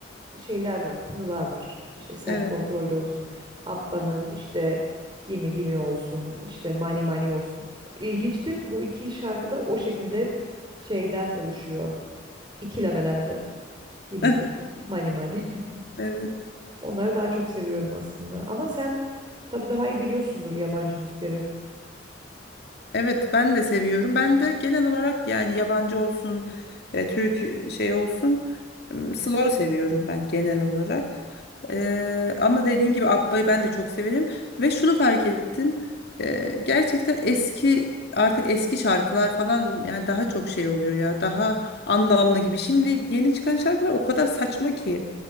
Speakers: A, on the right; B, on the left.
A: şeyler var, tınılar var. İşte Self
B: Evet.
A: Control'de olsun, Abba'nın işte Gimme Gimme olsun, işte Money Money olsun. İlginçtir ki bu iki şarkı da o şekilde şeyden oluşuyor, ikilemelerden. Gimi
B: Eh,
A: gibi. Mani mani.
B: Evet.
A: <laughs> Onları daha çok seviyorum aslında. Ama sen tabii daha iyi biliyorsundur yabancı müzikleri.
B: Evet ben de seviyorum. Ben de genel olarak yani yabancı olsun, e, Türk e, şey olsun, m, slow seviyorum ben genel olarak. Eee, ama dediğin gibi Abba'yı ben de çok severim ve şunu fark ettim. Eee, gerçekten eski artık eski şarkılar falan yani daha çok şey oluyor ya. Daha anlamlı gibi. Şimdi yeni çıkan şarkılar o kadar saçma ki.